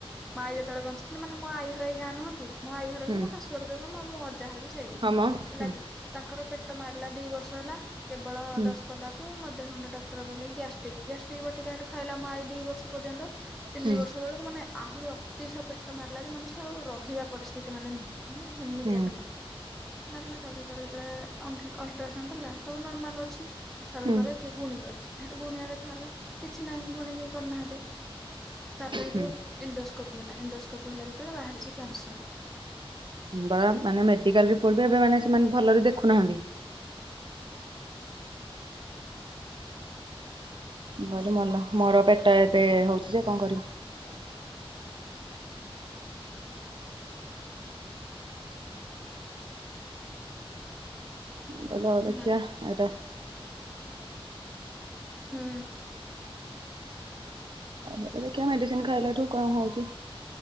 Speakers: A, in the centre; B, on the right (about 55°).
A: ମୋ ଆଇ ଯେତେବେଳେ ବଞ୍ଚିଥିଲେ ମାନେ ମୋ ଆଈ ଘର ଏଇ ଗାଁ ନୁହଁକି ମୋ ଆଈ ଘର
B: ହୁଁ
A: ବି ମୋ ଶାଶୁୁ ଘର ଯୋଉ ଙ୍ଗା ମୋ ମୋ ଅଜା ଘର ବି ସେଇ ସେଇ ଗାଁ
B: ହଁ ମ
A: ହେଲା
B: ହୁଁ
A: କି ତାଙ୍କର ପେଟ ମାରିଲା ଦି ବର୍ଷ ହେଲା କେବଳ
B: ହୁଁ
A: ଦସ୍ ଗଲାକୁ ମୋ ଦେହ ହଣ୍ଡ ମୋତେ ଡାକ୍ଟର କହିଲେ ଗ୍ୟାଷ୍ଟିକ୍ ଗ୍ୟାଷ୍ଟିକ ବଟିକା ହେଟୁ ଖାଇଲା ମୋ ଆଇ ଦି ବର୍ଷ ପର୍ଯ୍ୟନ୍ତ ତିନି
B: ହୁଁ
A: ବର୍ଷ ବେଳକୁ ମାନେ ଆହୁରି ଅତିଶ ପେଟ ମାରିଲା ଯେ ମାନେ ସେ ଆଉ ରହିବା ପରିସ୍ଥିତି ମାନେ ନୁହଁ। ମାନେ ହେମିତିଆ
B: ହୁଁ
A: ପେଟ ମରା ମାରିଲା ତାପରେ ତା ପରେ ଯେତବେଳେ ଅ- ଅଲଟ୍ରାସାଉଣ୍ଡ ଦେଲା ସବୁ ନର୍ମାଲ ଅଛି ତାପରେ
B: ହୁଁ
A: କହିଲା କିଏ ଗୁଣି କରିଛି ଏଠୁ ଗୁଣିଆ ଦେଖାହେଲା। କିଛି ନାହିଁ ଗୁଣୀ କେ କରିନାହାନ୍ତି ତାପରେ ହେଠୁ
B: ହୁଁ
A: ଇଣ୍ଡୋସ୍କୋପି ହେଲା ଇଣ୍ଡୋସ୍କୋପି ହେଲା ଯେତବେଳେ ବାହାରିଛି କ୍ୟାନସର।
B: ବା ମାନେ ମେଡିକାଲ ରେ ପଡ଼ିବା ଏବେ ମାନେ ସେମାନେ ଭଲରେ ଦେଖୁନାହାନ୍ତି। ମୁଁ କହିଲି ମଲ ମୋର ପେଟ ଏବେ ହଉଛି ଯେ କଣ କରିବି?
A: ଯାଉଛ। <inaudible>
B: <unintelligible> ଦେଖିବା
A: ଇମାଲୋ
B: ଏଇଟା
A: ହୁଁ।
B: ଆଉ ପେଟରେ ଦେଖିଆ ମେଡିସିନ୍ ଖାଇଲାଠୁ କଣ ହଉଛି।